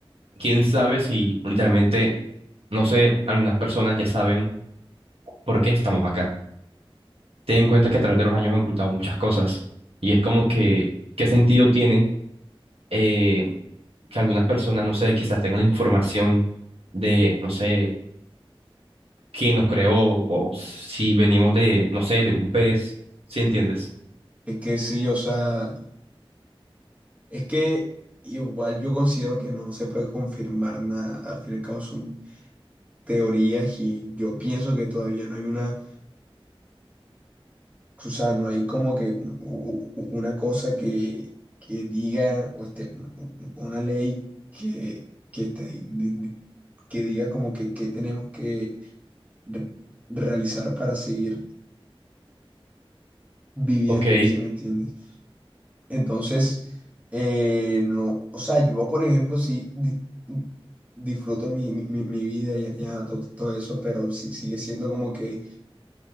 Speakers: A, on the right; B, on the right.
A: quién sabe si literalmente, no sé, algunas personas ya saben por qué estamos acá. Ten en cuenta que a través de los años han ocultado muchas cosas. Y es como que, ¿qué sentido tiene eh, que algunas personas, no sé, quizás tengan la información de, no sé, quién nos creó o si venimos de, no sé, de un pez, ¿sí entiendes?
B: Es que sí, o sea, Es que igual yo considero que no se puede confirmar nada. Al fin y al cabo son teorías y yo pienso que todavía no hay una, o sea, no hay como que un- u- u- una cosa que, que diga, o este, un- un- una ley que, que, te- di- di- que diga como que qué tenemos que re- realizar para seguir viviendo,
A: Ok,
B: ¿se me entiende? Entonces, eh, no, o sea, yo, por ejemplo, sí di- disfruto mi, mi, mi- mi vida y ya, to- todo, eso, pero sí, sigue siendo como que